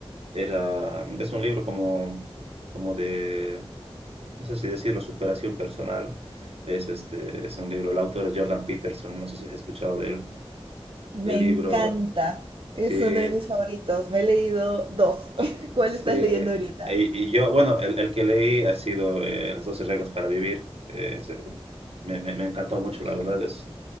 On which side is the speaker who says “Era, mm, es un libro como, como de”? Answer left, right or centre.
Right